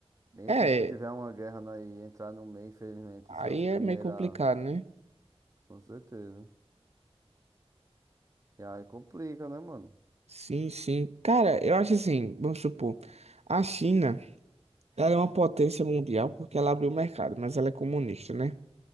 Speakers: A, on the right (about 30°); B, on the right (about 80°).
A: Meio
B: É,
A: que se tiver uma guerra nós entrar no meio, infelizmente,
B: aí
A: e ser os primeiros
B: é meio complicado,
A: a...
B: né?
A: Com certeza. E aí complica, né, mano?
B: Sim, sim. Cara, eu acho assim, vamos supor, a China, ela é uma potência mundial porque ela abriu o mercado, mas ela é comunista, né?